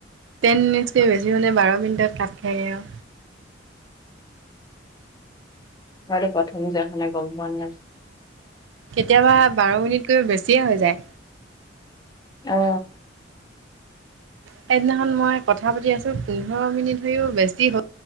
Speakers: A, on the right; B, on the left.
A: টেন মিনিটকৈ বেছি মানে বাৰ মিনিটত কাট খায়গৈ আৰু।
B: বাৰ প্ৰথম যে <unintelligible> গম পোৱা নাই।
A: কেতিয়াবা বাৰ মিনিটকৈ বেছিয়ে হৈ যায়।
B: অ'।
A: সেইদিনাখন মই কথা পাতি আছো পোন্ধৰ মিনিট কৈও বেছি হ'ল।